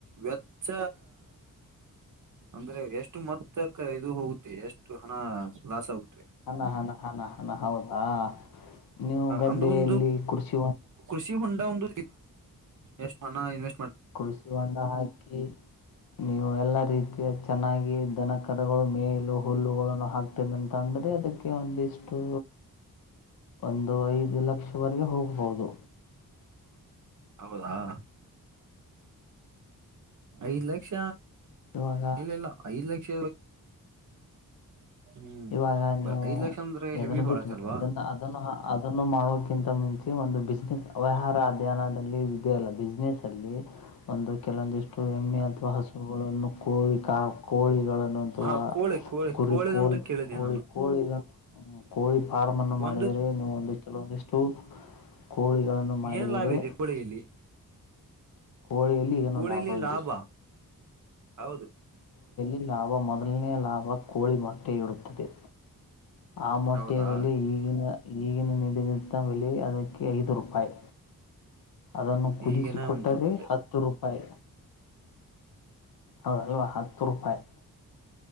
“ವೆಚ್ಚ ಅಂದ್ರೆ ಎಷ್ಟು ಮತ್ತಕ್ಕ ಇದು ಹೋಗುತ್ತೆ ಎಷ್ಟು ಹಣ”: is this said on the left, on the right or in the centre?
Right